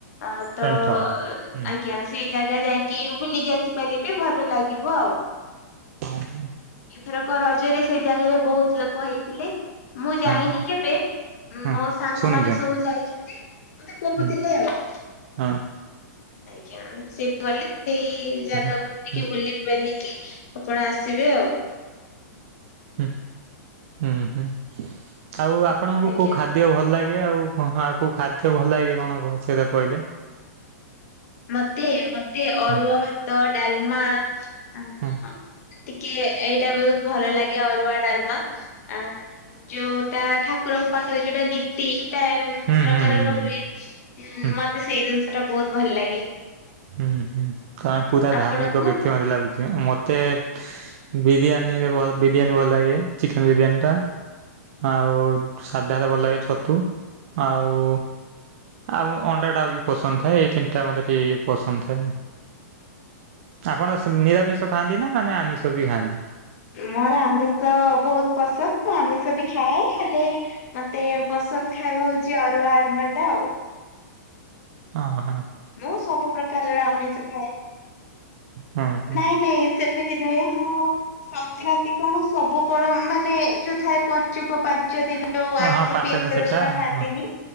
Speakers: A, on the left; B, on the right.
A: ଆ
B: ପେଣ୍ଠ
A: ତ
B: ହୁଁ
A: ଆଜ୍ଞା ସେଇ ଜାଗା ଯାଇକି ବୁଲିକି ଆସିପାରିବେ ଭଲ ଲାଗିବ ଆଉ।
B: ହଁ।
A: ଏଥରକ ରଜରେ ସେଇ ଜାଗାରେ ବହୁତ ଲୋକ ହେଇଥିଲେ ମୁଁ ଯାଇନି
B: ହଁ
A: କେବେ।
B: ହଁ
A: ମୋ ସାଙ୍ଗମାନେ
B: ଶୁଣିଛନ୍ତି
A: ସବୁ ଯାଇଛନ୍ତି ମତେ କହୁଥିଲେ
B: ହୁଁ
A: ଆଉ।
B: ହଁ।
A: ଆଜ୍ଞା ସେ ଗଲେ ସେଇ ଜାଗା
B: ହୁଁ।
A: ଗୁଡ଼ା ଟିକେ
B: ହୁଁ
A: ବୁଲି ବାଲିକି ଆପଣ ଆସିବେ ଆଉ।
B: ହୁଁ, ହୁଁ ହୁଁ ଆଉ ଆପଣଙ୍କୁ
A: ଆଜ୍ଞା।
B: କୋଉ ଖାଦ୍ୟ ଖାଦ୍ୟ ଭଲ ଲାଗେ ଆଉ କୋଉ ଖାଦ୍ୟ ଭଲ ଲାଗେ କଣ କ ସେଟା କହିଲେ।
A: ମତେ ମତେ ଅରୁଆ
B: ହୁଁ
A: ଭାତ, ଡାଲମା ଆ
B: ହୁଁ
A: ଟିକେ ଏଇଟା ବି ବହୁତ ଭଲ ଲାଗେ ଅରୁଆ ଡାଲମା ଆ ଯୋଉଟା ଠାକୁରଙ୍କ ପାଖରେ ଯୋଉଟା ନୀତିଟା
B: ହୁଁ
A: ପ୍ରକାରର
B: ହୁଁ
A: ହୁଏ। ହ
B: ହୁଁ
A: ମତେ ସେଇ ଜିନିଷ ଟା ବହୁତ ଭଲ ଲାଗେ।
B: ହୁଁ ହୁଁ ତମେ ପୁରା
A: ଆପଣଙ୍କୁ?
B: ଧାର୍ମିକ ବ୍ୟକ୍ତି ମାନେ ଲାଗୁଚି, ମତେ ବିରିୟାନୀରେ ଭଲ ବିରିୟାନୀ ଭଲ ଲାଗେ, ଚିକେନ ବିରିୟାନୀ ଟା। ଆଉ ସାଧାରେ ଭଲ ଲାଗେ ଛତୁ, ଆଉ ଆଉ ଅଣ୍ଡା ଟା ବି ପସନ୍ଦ ଥାଏ, ଏଇ ତିନିଟା ମୋତେ ଟିକେ ପସନ୍ଦ ଥାଏ। ଆପଣ ନିରାମିଷ ଖାଆନ୍ତି ନା ମାନେ ଆମିଷ ବି ଖାଆନ୍ତି?
A: ମୋର ଆମିଷ ବହୁତ ପସନ୍ଦ, ମୁଁ ଆମିଷ ବି ଖାଏ ହେଲେ ମତେ ପସନ୍ଦ ଖାଇବା ହଉଚି ଅରୁଆ ଅନ୍ନ ଟା ଆଉ।
B: ହଁ ହଁ।
A: ମୁଁ ସବୁ ପ୍ରକାରର ଆମିଷ ଖାଏ,
B: ହଁ ହଁ
A: ନାଇଁ ନାଇଁ ସେ ସେମିତି ନୁହେଁ, ମୁଁ ସଂକ୍ରାନ୍ତି କଣ ସବୁ କଣ ମାନେ ଯୋଉ ଥାଏ ପଞ୍ଚୁକ ପାଞ୍ଚ ଦିନ ଯଉ
B: ହଁ
A: ଆଇଷ
B: ହଁ ପାଞ୍ଚ
A: ପିଆଜ
B: ଦିନ ସେଟା
A: ରସୁଣ
B: ହଁ
A: ଖାଆନ୍ତିନି।
B: ହଁ